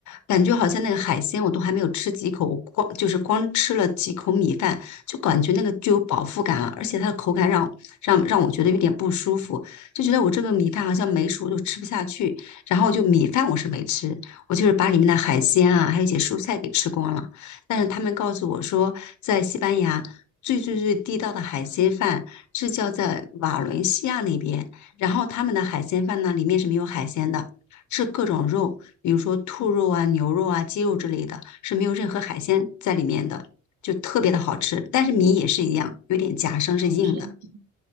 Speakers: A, on the left; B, on the right.
A: 感觉好像那个海鲜我都还没有吃几口，我光就是光吃了几口米饭，就感觉那个就有饱腹感了，而且它的口感让让让我觉得有点不舒服，就觉得我这个米饭好像没熟就吃不下去。然后就米饭我是没吃，我就是把里面的海鲜啊，还有一些蔬菜给吃光了。但是他们告诉我说，在西班牙最最最地道的海鲜饭是叫在瓦伦西亚那边，然后他们的海鲜饭呢，里面是没有海鲜的，是各种肉，比如说兔肉啊、牛肉啊、鸡肉之类的，是没有任何海鲜在里面的，就特别的好吃。但是米也是一样，有点夹生，是硬的。
B: 这么神奇，